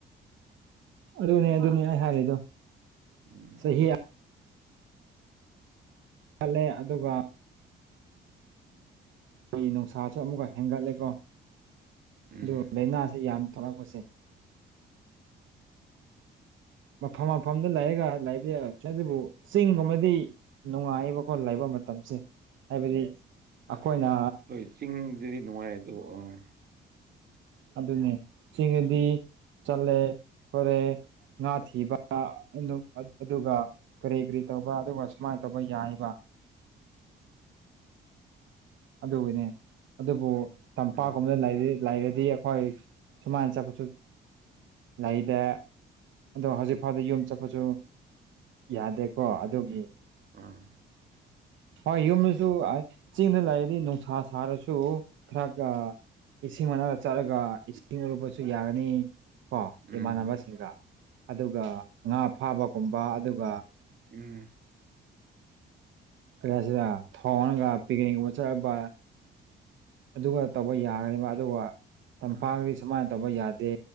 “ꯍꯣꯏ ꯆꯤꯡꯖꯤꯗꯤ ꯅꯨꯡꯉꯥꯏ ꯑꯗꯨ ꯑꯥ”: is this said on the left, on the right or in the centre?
Right